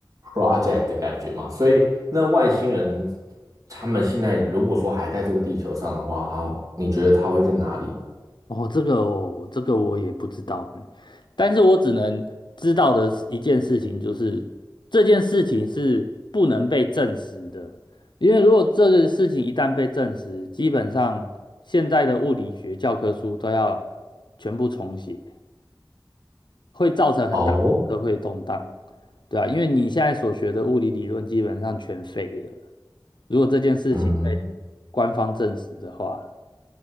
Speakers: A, on the right; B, on the left.
A: project 的感觉嘛，所以那外星人他们现在如果说还在这个地球上的话，好，你觉得他会在哪里？
B: 哦，这个哦，这个我也不知道呢但是我只能知道的是一件事情就是，这件事情是不能被证实的，因为如果这个事情一旦被证实，基本上现在的物理学教科书都要全部重写，会造成很大的社会动荡，
A: 哦
B: 对啊，因为你现在所学的物理理论基本上全废了，如果这件事情被
A: 嗯，
B: 官方证实的话，